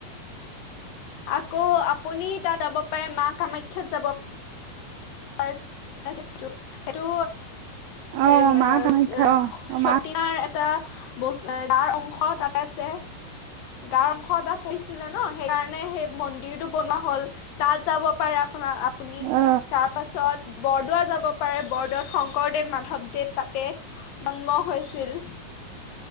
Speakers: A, on the left (about 75°); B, on the right (about 85°).
A: আকৌ আপুনি তাত যাব পাৰে মা কামাখ্যা। খ্যাত যাব। <unintelligible> <unintelligible> সেইটো।
B: অ
A: এই ম
B: মা কামাখ্যা
A: চ
B: অ
A: চতিয়াৰ
B: মা
A: এটা ব, গাৰ অংশ তাত আছে। গাৰ অংশ এটা পৰিছিলে ন সেইকাৰণে সেই মন্দিৰটো বনোৱা হল তাত যাব। যাব পাৰে আপুনা আপুনি
B: অ
A: তাৰ পাছত বৰদোৱা যাব। পাৰে বৰদোৱাত শংকৰদেৱ, মাধৱদেৱ তাতে জন্ম হৈছিল